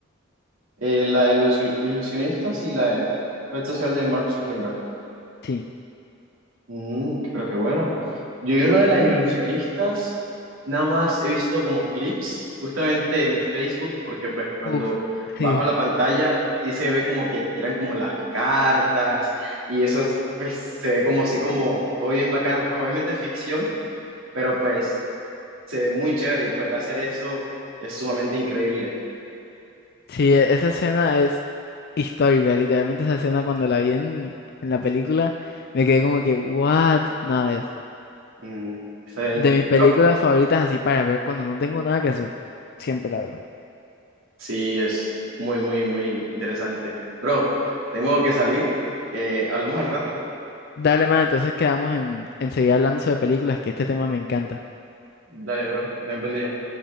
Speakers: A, on the right (about 85°); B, on the left (about 50°).
A: eh, la de los ilusionistas y la de red social de Mark Zuckerberg.
B: Sí.
A: Mm, pero qué bueno. Yo, yo lo de las ilusionistas, nada más he visto como clips justamente en Facebook, porque pues cuando
B: Uf,
A: bajo
B: Sí.
A: la pantalla sí se ve como que tiran como las cartas y eso pues se ve como así como todo bien bacano. Pues obviamente es ficción, pero pues se ve muy chévere y poder hacer eso es sumamente increíble.
B: Sí, e- esa escena es histórica, literalmente esa escena cuando la vi en, en la película, me quedé como que, what, nada, es
A: Mm, está bien.
B: de mis
A: Bro,
B: películas favoritas así para ver cuando no tengo nada que hacer, siempre la veo.
A: sí, es muy, muy, muy interesante. Bro, tengo que salir. Eh, hablamos al rato.
B: Dale, man, entonces quedamos en, en seguir hablando sobre películas, que este tema me encanta.
A: Dale, bro, que tengas buen día.